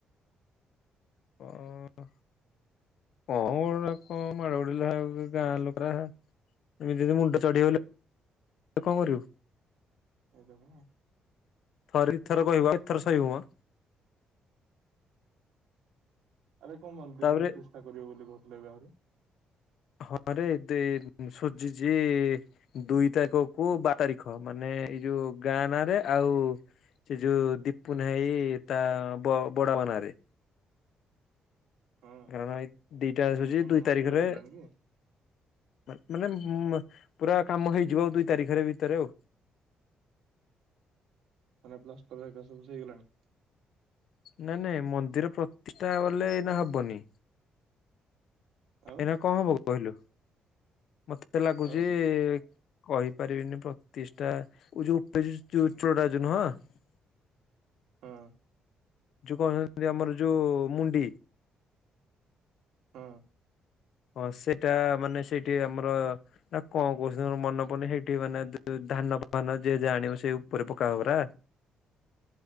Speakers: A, on the left; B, on the right.
A: ଅଁ ହଁ ଗୋଟେ ହଁ ମାଡ଼ ଉଡିଲା ଆଉ ଗାଁ ଲୋକଟା ଏମିତି ଯଦି ମୁଣ୍ଡ ଚଢ଼ିବ ବେଲେ ତାକୁ କଣ କରିବୁ?
B: <unintelligible>
A: ଥରେ ଦିଥର କହିବ ଆଉ କେତେ ଥର ସହିବମ।
B: ଆବେ କଣ ମନ୍ଦିର
A: ତାପରେ
B: ପ୍ରତିଷ୍ଠା କରିବ ବୋଲି କହୁଥିଲେ ଏବେ ଆହୁରି।
A: ହଁରେ ଏତେ ସୁଜିଚି ଦୁଇ ତାରିଖକୁ ବାର ତାରିଖ ମାନେ ଏଇ ଯୋଉ ଗାଁ ନାଁ ରେ ଆଉ ସେ ଯୋଉ ଦୀପୁନୁ ଭାଇ ତା ବଡ଼ବାପା ନାରେ।
B: ହଁ
A: କରଣ ଏଇ ଦିଟା
B: ମାନେ
A: ସୁଜୁଚି
B: କାମ
A: ଦୁଇ ତାରିଖରେ
B: ସବୁ ହେଇଗଲାଣି କି?
A: ମା ମାନେ ଉମ୍ ପୁରା କାମ ହେଇଯିବ ଆଉ ଦୁଇ ତାରିଖରେ ଭିତରେ ଆଉ।
B: ମାନେ ପ୍ଲାଷ୍ଟର ଏକା ସବୁ ହେଇଗଲାଣି?
A: ନାଇଁ ନାଇଁ ମନ୍ଦିର ପ୍ରତିଷ୍ଠା ବଲେ ଏଇନା ହବନି।
B: ଆଉ
A: ଏଇଁନା କଣ ହବ କହିଲୁ ମତେ ଲାଗୁଚି
B: ଆଉ
A: କହିପାରିବିନି ପ୍ରତିଷ୍ଠା ଓ ଯୋଉ ଯୋଉ ଚୁଡାଜ ନୁହଁ <unintelligible>
B: ହଁ।
A: ଯୋଉ କହୁଚନ୍ତି ଆମର ଯୋଉ ମୁଣ୍ଡି
B: ହଁ।
A: ହଁ ସେଇଟା ମାନେ ସେଇଠି ଆମର ଏଟା କଁ କହୁଚନ୍ତି ମୋର ମନେ ପଡ଼ୁନି ସେଇଠି ମାନେ ଧାନ ଫାନ ଯିଏ ଯାହା ଜାଣିବ ସେଇ ଉପରେ ପକା ହବ ପରା।